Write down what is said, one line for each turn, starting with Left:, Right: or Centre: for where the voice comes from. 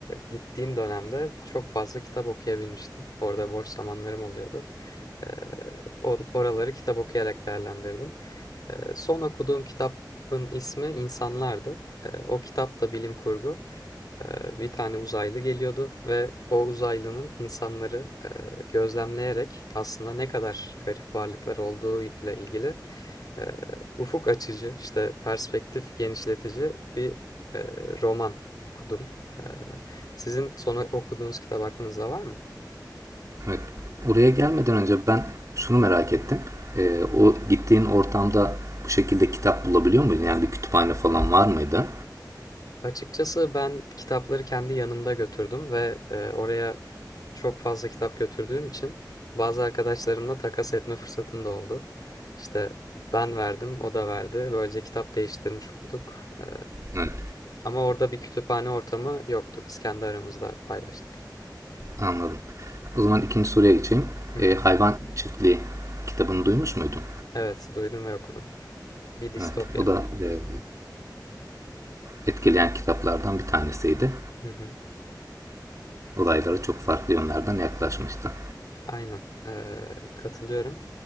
Left: gittiğim dönemde çok fazla kitap okuyabilmiştim. Orada boş zamanlarım oluyordu. E, o- oraları kitap okuyarak değerlendirdim. Ee, son okuduğum kitabın ismi İnsanlardı. Ee, o kitap da bilim kurgu. Ee, bir tane uzaylı geliyordu ve o uzaylının insanları e, gözlemleyerek aslında ne kadar garip varlıklar olduğuyla ilgili e, ufuk açıcı, işte perspektif genişletici bir e, roman okudum. Ee, sizin son okuduğunuz kitap aklınızda var mı?
Right: Evet. Buraya gelmeden önce ben şunu merak ettim. Ee, o gittiğin ortamda bu şekilde kitap bulabiliyor muydun? Yani bir kütüphane falan var mıydı?
Left: Açıkçası ben kitapları kendi yanımda götürdüm ve e, oraya çok fazla kitap götürdüğüm için bazı arkadaşlarımla takas etme fırsatım da oldu. İşte ben verdim, o da verdi. Böylece kitap değiştirmiş olduk. Ee,
Right: Evet.
Left: ama orada bir kütüphane ortamı yoktu. Biz kendi aramızda paylaştık.
Right: Anladım. O zaman ikinci soruya geçeyim.
Left: Hı hı.
Right: Ee, Hayvan Çiftliği kitabını duymuş muydun?
Left: Evet, duydum ve okudum. Bir distopya.
Right: Evet. O da e, etkileyen kitaplardan bir tanesiydi.
Left: Hı hı.
Right: Olaylara çok farklı yönlerden yaklaşmıştı.
Left: Aynen. Ee, katılıyorum.